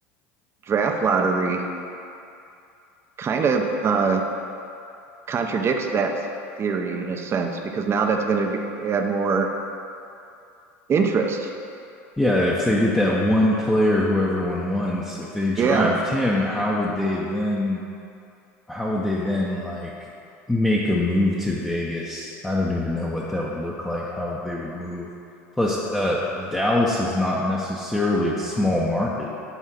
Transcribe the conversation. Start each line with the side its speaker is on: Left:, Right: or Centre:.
Right: draft lottery kind of uh, contradicts that theory in a sense because now that's going to add more interest.
Centre: Yeah, if they get that one player who everyone wants, if they draft
Right: Yeah,
Centre: him, how would they then how would they then like make a move to Vegas? I don't even know what that would look like, how they would move. Plus, uh, Dallas is not necessarily a small market.